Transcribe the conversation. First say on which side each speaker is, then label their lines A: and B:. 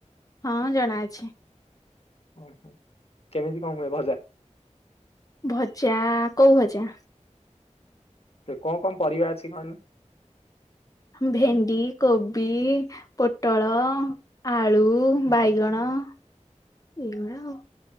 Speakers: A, on the left (about 30°); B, on the left (about 50°).
A: ହଁ ଜଣାଅଛି।
B: ଓହୋ କେମିତି କଣ ହୁଏ ଭଜା?
A: ଭଜା କୋଉ ଭଜା?
B: କଣ କଣ ପରିବା ଅଛି କହନି?
A: ଭେଣ୍ଡି, କୋବି, ପୋଟଳ, ଆଳୁ
B: ହୁଁ
A: ବାଇଗଣ ଏଇଗୁଡା ଆଉ।